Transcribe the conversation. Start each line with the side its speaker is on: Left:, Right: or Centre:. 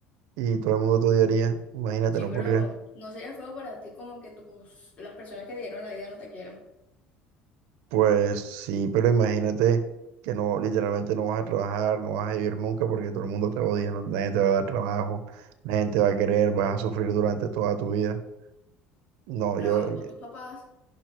Right: y todo el mundo te odiaría. Imagínate,
Left: Sí,
Right: no
Left: pero
Right: podría.
Left: no sería feo para ti como que tus, las personas que te dieron la vida no te quieran.
Right: Pues sí, pero imagínate que no, literalmente no vas a trabajar, no vas a vivir nunca porque todo el mundo te odia, no- nadie te va a dar trabajo, nadie te va a querer, vas a sufrir durante toda tu vida. No,
Left: Trabajas
Right: yo, yo-
Left: con tus papás,